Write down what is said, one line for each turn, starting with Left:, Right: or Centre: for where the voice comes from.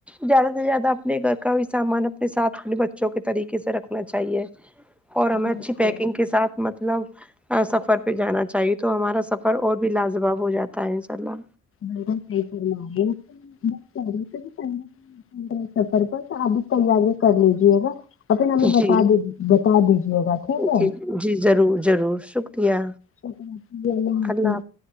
Centre: زیادہ سے زیادہ اپنے گھر کا بھی سامان اپنے ساتھ اپنے بچوں کے طریقے سے رکھنا چاہیے اور ہمیں
Left: بالکل
Centre: اچھی پیکنگ کے ساتھ مطلب سفر پہ جانا چاہیے تو ہمارا سفر اور بھی لاجواب ہو جاتا ہے انشاء اللہ
Left: بالکل ٹھیک فرما رہی ہے <unintelligible> پندرہ سفر پر تو ابھی تیاریاں کر لیجیے گا اور پھر ہمیں بتا
Centre: جی
Left: دی بتا دیجیے گا ٹھیک ہے
Centre: جی جی ضرور ضرور شکریہ
Left: شکریہ حافظ
Centre: اللہ